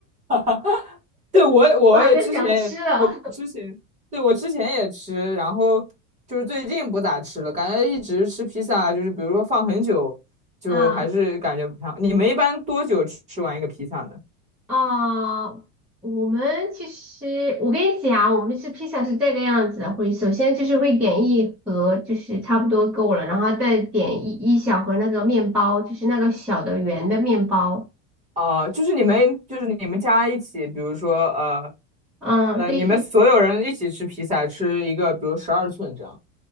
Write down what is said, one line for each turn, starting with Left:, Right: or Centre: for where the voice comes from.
Right: <laughs> 对，我我之前我之前对我之前也吃，
Centre: <laughs> 我还在想吃了
Right: 然后就是最近不咋吃了，感觉一直吃披萨啊，就是比如说放很久，就还是感觉不太好。
Centre: <laughs> 啊。
Right: 你们一般多久吃吃完一个披萨呢？
Centre: 啊、我们其实，我跟你讲，我们吃披萨是这个样子的，会首先就是会点一盒，就是差不多够了，然后再点一一小盒那个面包，就是那个小的圆的面包。
Right: 啊、就是你们就是你们家一起，比如说呃
Centre: 嗯，
Right: 呃，
Centre: 对，
Right: 你们所有人一起吃披萨，吃一个，比如十二寸这样。